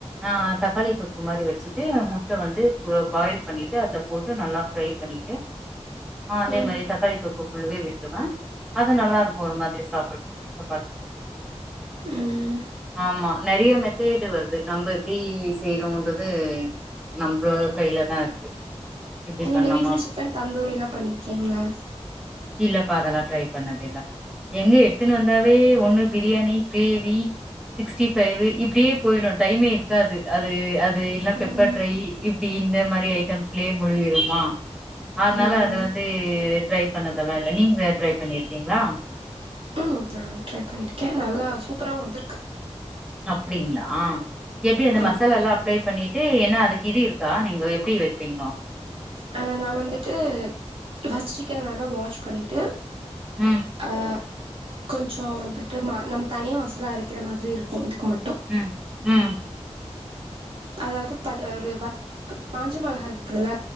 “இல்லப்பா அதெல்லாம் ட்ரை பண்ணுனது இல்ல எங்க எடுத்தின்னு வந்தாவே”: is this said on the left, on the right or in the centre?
Centre